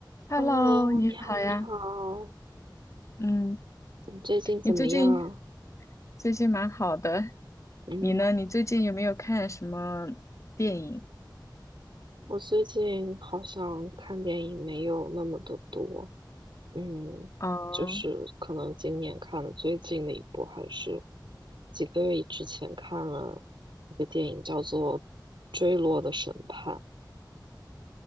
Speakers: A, on the right; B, on the left.
A: Hello，
B: Hello，你好呀。
A: 你好，你好，
B: 嗯，
A: 你最近怎么样？
B: 你最近最近蛮好的。
A: 嗯，
B: 你呢？你最近有没有看什么电影？
A: 我最近好像看电影没有那么的多，嗯，
B: 嗯
A: 就是可能今年看的最近的一部，还是几个月之前看了一个电影，叫做《坠落的审判》。